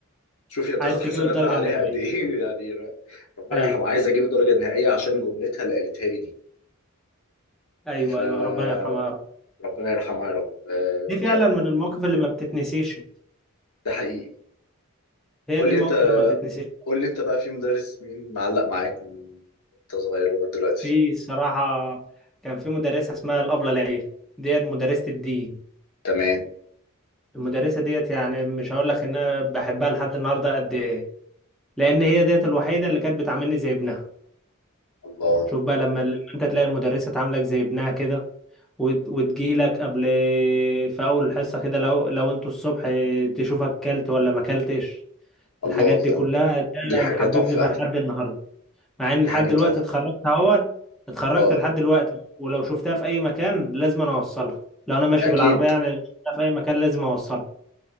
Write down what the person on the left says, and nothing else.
شوف هي بتاخد
حسنات
بقى
عليها قد ايه <laughs> يعني ر- ربنا
يرحمها عايز اجيب الدرجه النهائيه عشان جملتها اللي قالتها لي دي
فربنا
يرحمها يا رب آه،
كانت
ده حقيقي
قول
لي
انت
قول لي انت بقى في مدرس مين معلق معاك من انت صغير لغايه دلوقتي
تمام
الله
الله
ده
دي حاجة
تحفة
دي
حاجة
تحفة
اه
أكيد